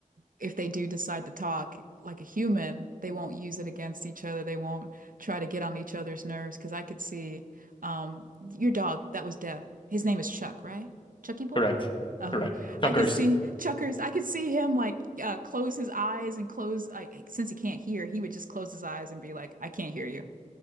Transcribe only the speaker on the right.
if they do decide to talk like a human, they won't use it against each other. They won't try to get on each other's nerves. Because I could see um, your dog that was deaf. His name is Chuck, right? Chucky boy?
Oh,
I could see Chuckers. I could see him like uh, close his eyes and close like since he can't hear, he would just close his eyes and be like, "I can't hear you."